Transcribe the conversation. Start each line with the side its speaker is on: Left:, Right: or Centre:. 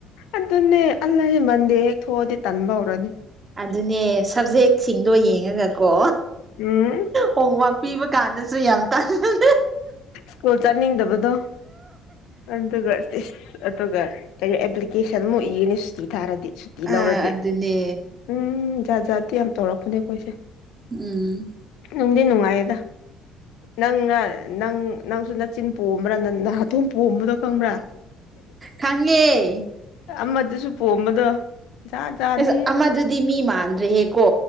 Left: ꯑꯗꯨꯅꯦ ꯑꯜꯁ ꯃꯟꯗꯦ ꯍꯦꯛ ꯊꯣꯛꯑꯗꯤ ꯇꯟꯕ ꯍꯧꯔꯅꯤ
Right: ꯑꯗꯨꯅꯦ ꯁꯕꯖꯦꯛꯁꯤꯡꯗꯣ ꯌꯦꯡꯉꯒꯀꯣ
Left: ꯎꯝ
Right: ꯍꯣꯝꯋꯛ ꯄꯤꯕ ꯀꯥꯟꯗꯁꯨ ꯌꯥꯝ ꯇꯥꯟꯕꯅꯤ
Left: ꯁꯀꯣ ꯆꯠꯅꯤꯡꯗꯕꯗꯣ ꯑꯗꯨꯒ ꯑꯗꯨꯒ ꯀ ꯑꯦꯄ꯭ꯂꯤꯀꯦꯁꯟꯃꯨꯛ ꯏꯅꯦ ꯁꯨꯇꯤ ꯊꯥꯔꯗꯤ ꯇꯤ
Right: ꯑꯥ
Left: ꯂꯧꯔꯗꯤ
Right: ꯑꯗꯨꯅꯦ
Left: ꯎꯝ ꯖꯥꯠ ꯖꯥꯠꯇꯤ ꯌꯥꯝ ꯇꯧꯔꯛꯄꯅꯦ ꯑꯩꯈꯣꯏꯁꯦ
Right: ꯎꯝ
Left: ꯅꯨꯡꯗꯤ ꯅꯨꯡꯉꯥꯏꯌꯦꯗ ꯅꯪꯅ ꯅꯪ ꯅꯪꯁꯨ ꯅꯅꯥꯆꯤꯟ ꯄꯣꯝꯕ꯭ꯔꯥ ꯅ ꯅ ꯍꯥꯊꯣꯡ ꯄꯣꯝꯕꯗꯣ ꯈꯪꯕ꯭ꯔꯥ
Right: ꯈꯪꯉꯦ
Left: ꯑꯃꯗꯨꯁꯨ ꯄꯣꯝꯕꯗꯣ ꯖꯥꯠ ꯖꯥꯠꯅꯤ
Right: ꯑꯦꯁ ꯑꯃꯗꯨꯗꯤ ꯃꯤ ꯃꯥꯟꯗ꯭ꯔꯦꯍꯦꯀꯣ